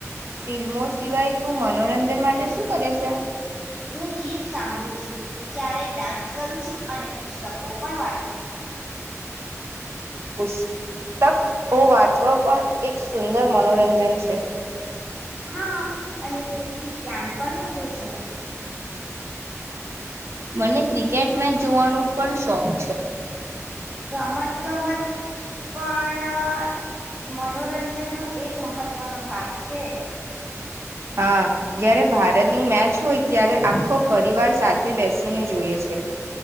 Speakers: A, on the right; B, on the right.
A: ફિલ્મો સિવાય તું મનોરંજન માટે શું કરે છે?
B: હું ગીત સાંભળું છું. ક્યારેક ડાન્સ કરું છું અને પુસ્તકો પણ વાંચું છું.
A: પુસ્તકઓ વાંચવા પણ એક સુંદર મનોરંજન છે.
B: હા અને એથી જ્ઞાન પણ વધે છે.
A: મને ક્રિકેટ મેચ જોવાનું પણ શોખ છે.
B: રમત ગમત પણ મનોરંજનનો એક મહત્વનો ભાગ છે.
A: હા જ્યારે ભારતની મેચ હોય ત્યારે આખો પરિવાર સાથે બેસીને જોઈએ છે.